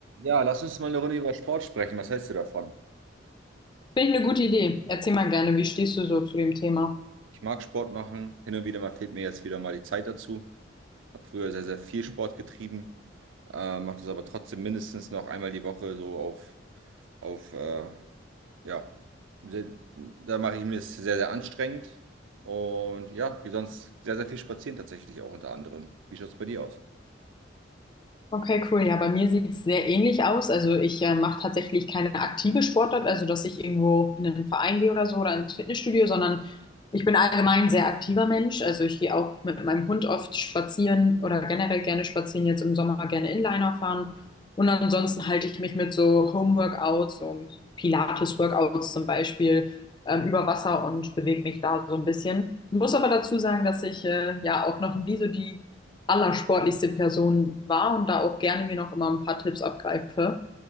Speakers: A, on the right; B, on the left.
A: Ja, lass uns mal eine Runde über Sport sprechen. Was hältst du davon?
B: Finde ich eine gute Idee. Erzähl mal gerne, wie stehst du so zu dem Thema?
A: Ich mag Sport machen. Hin und wieder mal fehlt mir jetzt wieder mal die Zeit dazu. Habe früher sehr, sehr viel Sport getrieben. Äh, mache das aber trotzdem mindestens noch einmal die Woche so auf, auf äh, ja, sehr, da mache ich mir es sehr, sehr anstrengend. Und ja, wie sonst sehr, sehr viel spazieren tatsächlich auch unter anderem. Wie schaut es bei dir aus?
B: Okay, cool. Ja, bei mir sieht es sehr ähnlich aus. Also ich äh, mache tatsächlich keine aktive Sportart, also dass ich irgendwo in einen Verein gehe oder so oder ins Fitnessstudio, sondern ich bin allgemein ein sehr aktiver Mensch. Also ich gehe auch mit meinem Hund oft spazieren oder generell gerne spazieren, jetzt im Sommer gerne Inliner fahren. Und ansonsten halte ich mich mit so Home-Workouts, so Pilates-Workouts zum Beispiel, ähm, über Wasser und bewege mich da so ein bisschen. Muss aber dazu sagen, dass ich äh, ja auch noch nie so die allersportlichste Person war und da auch gerne mir noch immer ein paar Tipps abgreife.